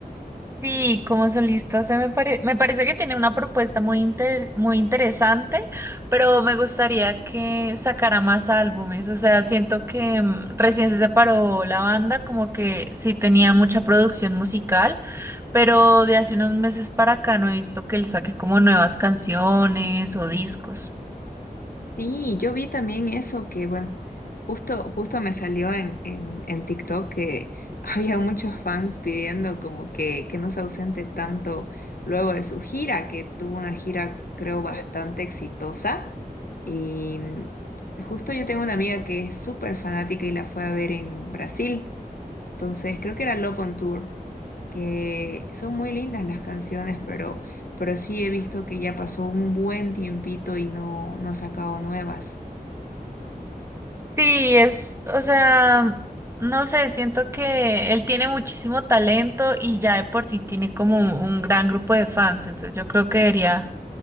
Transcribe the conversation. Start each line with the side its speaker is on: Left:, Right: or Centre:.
Right: Sí, como solista se me pare- me parece que tiene una propuesta muy inter- muy interesante, pero me gustaría que sacara más álbumes. O sea, siento que mm, recién se separó la banda, como que sí tenía mucha producción musical, pero de hace unos meses para acá no he visto que él saque como nuevas canciones o discos.
Left: Sí, yo vi también eso que, bueno, justo, justo me salió en, en, en TikTok que <laughs> había muchos fans pidiendo como que, que no se ausente tanto luego de su gira, que tuvo una gira creo bastante exitosa. Y mm, justo yo tengo una amiga que es súper fanática y la fue a ver en Brasil. Entonces, creo que era Love on Tour, que son muy lindas las canciones, pero, pero sí he visto que ya pasó un buen tiempito y no, no ha sacado nuevas.
Right: Sí, es, o sea, no sé, siento que él tiene muchísimo talento y ya de por sí tiene como un, un gran grupo de fans, entonces yo creo que debería